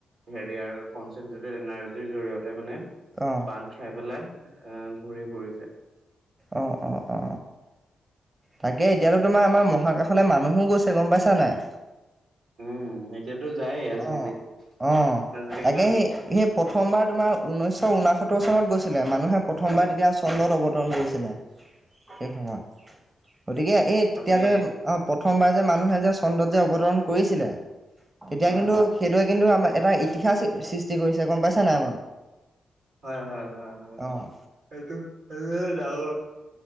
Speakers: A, on the right (about 75°); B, on the right (about 25°).
A: হেৰিয় কনচেনট্ৰেটেড এনাৰ্জিৰ জৰিয়তে মানে
B: অ
A: বান্ধ খাই পেলাই অহ ঘূৰি ফুৰিছে
B: অ অ অ তাকে এতিয়াতো তোমাৰ আমাৰ মহাকাশলৈ মানুহো গৈছে গম পাইছা নাই
A: উম এতিয়াতো যায়েই আজিকালি
B: অ অ
A: আজিকালিতো
B: তাকে সেই সেই প্ৰথমবাৰ তোমাৰ ঊনৈশ ঊনা সত্তৰ চনত গৈছিলে মানুহে প্ৰথমবাৰ তেতিয়া চন্দ্ৰত অৱতৰণ কৰিছিলে সেই সময়ত গতিকে এই তেতিয়া
A: আপুনি
B: যে অ পত প্ৰথমবাৰ যে মানুহে যে চন্দ্ৰত যে অৱতৰণ কৰিছিলে তেতিয়া
A: আহ
B: কিন্তু সেইটোৱে কিন্তু আমাৰ এটা ইতিহাচ সৃষ্টি কৰিছে গম পাইছা নাই
A: হয় হয় হয় হয়
B: অ',
A: সেটো সেইটো ডাঙৰ